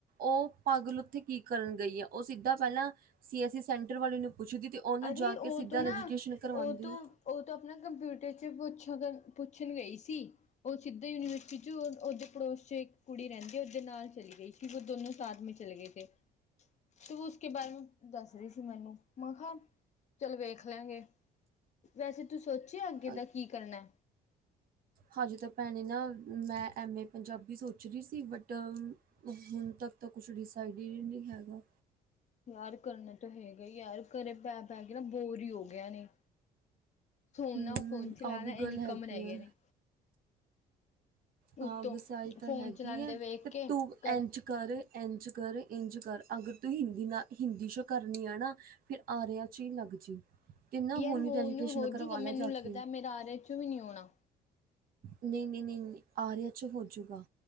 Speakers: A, on the right (about 60°); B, on the left (about 45°).
A: ਉਹ ਪਾਗਲ ਉੱਥੇ ਕੀ ਕਰਨ ਗਈ ਆ। ਉਹ ਸਿੱਧਾ ਪਹਿਲਾਂ ਸੀ ਐੱਸ ਈ ਸੈਂਟਰ ਵਾਲੇ ਨੂੰ ਪੁੱਛਦੀ ਅਤੇ ਉਹਨੂੰ
B: ਅਰੇ
A: ਜਾ
B: ਉਹ
A: ਕੇ ਸਿੱਧਾ
B: ਤੋਂ ਨਾ
A: ਰਜਿਸਟ੍ਰੇਸ਼ਨ ਕਰਵਾਉਂਦੀ।
B: ਉਹ ਤੋਂ ਉਹ ਤੋਂ ਆਪਣਾ ਕੰਪਿਊਟਰ ਚ ਪੁੱਛਉਗਾ, ਪੁੱਛਣ ਗਈ ਸੀ। ਉਹ ਸਿੱਧਾ ਯੂਨੀਵਰਸਿਟੀ ਚ ਓਦੇ, ਪੜੋਸ ਚ ਇੱਕ ਕੁੜੀ ਰਹਿੰਦੀ ਉਹਦੇ ਨਾਲ ਚਲੀ ਗਈ ਸੀ, ਉਹ ਦੋਨੋ ਸਾਥ ਮੇ ਚਲੇ ਗਏ ਸੀ। ਤੇ ਉਸਕੇ ਬਾਰੇ ਮਾ ਦੱਸ ਰਹੀ ਸੀ ਮੈਨੂੰ ਮਖਾ ਚੱਲ ਵੇਖ ਲੈਗੇ, ਵੈਸੇ ਤੂੰ ਸੋਚਿਆ ਅੱਗੇ
A: ਅ-
B: ਦਾ ਕੀ ਕਰਨਾ।
A: ਹਜੇ ਤਾਂ ਭੈਣੇ ਨਾ, ਮੈਂ ਐਮ ਏ ਪੰਜਾਬੀ ਸੋਚ ਰਹੀ ਸੀ ਬਟ ਹੁਣ ਤੱਕ ਤਾਂ ਕੁਛ ਡਿਸਾਈਡਡ ਨਹੀਂ ਹੈਗਾ।
B: ਯਾਰ ਕਰਨਾ ਤਾਂ ਹੈਗਾ ਹੀ ਯਾਰ ਘਰੇ ਪੈ ਪੈ ਕੇ ਨਾ ਬੋਰ ਹੀ ਹੋ ਗਿਆ ਨੇ। ਸੋਨਾ,
A: ਹਮ
B: ਫੋਨ ਚਲਾਣਾ
A: ਆਹ ਵੀ
B: ਇਹੀ
A: ਗੱਲ ਹੈਗੀ
B: ਕੰਮ ਰਹਿ
A: ਆ
B: ਗਏ ਨੇ।
A: ਹਾਂ
B: ਉਤੋਂ
A: ਵਸਾਈ
B: ਫੋਨ
A: ਤਾਂ ਹੈਗੀ
B: ਚਲਾਉਂਦੇ
A: ਹੈ
B: ਵੇਖ
A: ਤੇ
B: ਕੇ
A: ਤੂੰ
B: ਘ
A: ਇੰਝ ਕਰ ਇੰਝ, ਕਰ ਇੰਝ, ਕਰ ਅਗਰ ਤੂੰ ਹਿੰਦੀ ਨਾ ਹਿੰਦੀ ਸ਼ੋਂ ਕਰਨੀ ਆ ਨਾ। ਫਿਰ ਆਰਿਆ ਚ ਹੀ ਲੱਗ ਜੀ ਇਹਨਾ
B: ਯਾਰ
A: ਹੁਣੀ
B: ਹੋ
A: ਰੈਡੀਟੇਸ਼ਨ
B: ਹੋਜੂਗਾ
A: ਕਰਵਾ
B: ਮੈਨੂੰ
A: ਲਾ ਜਾ
B: ਲੱਗਦਾ
A: ਕੇ।
B: ਮੇਰਾ ਆਰਿਆ ਚ ਵੀ ਨਹੀਂ ਆਉਣਾ।
A: ਨਹੀਂ, ਨਹੀਂ, ਨਹੀਂ ਆਰਿਆ ਚ ਹੋਜੂਗਾ।